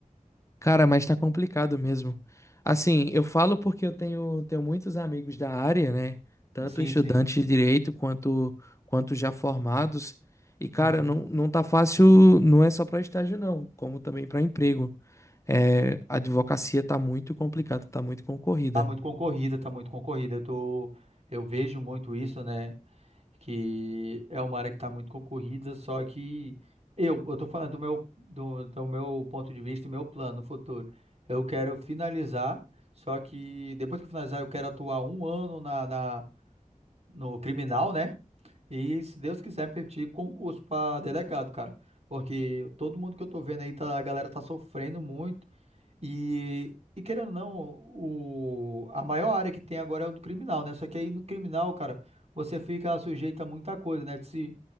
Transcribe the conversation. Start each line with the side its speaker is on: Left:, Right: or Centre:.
Left: Cara, mas tá complicado mesmo. Assim, eu falo porque eu tenho, tenho muitos amigos da área, né? Tanto
Right: Sim,
Left: estudantes
Right: sim.
Left: de direito quanto, quanto já formados. E, cara,
Right: Uhum.
Left: não, não tá fácil, não é só pra estágio, não, como também pra emprego. É, a advocacia tá muito complicada, tá muito concorrida.
Right: Tá muito concorrida, tá muito concorrida. Eu tô, eu vejo muito isso, né? Que é uma área que tá muito concorrida, só que eu, eu tô falando do meu, do, do meu ponto de vista e meu plano no futuro. Eu quero finalizar, só que depois que eu finalizar, eu quero atuar um ano na, na, no criminal, né? E se Deus quiser, permitir concurso pra delegado, cara. Porque todo mundo que eu tô vendo aí, tá, a galera tá sofrendo muito. E, e querendo ou não, o, a maior área que tem agora é o do criminal, né? Só que aí no criminal, cara, você fica sujeito a muita coisa, né? Que se,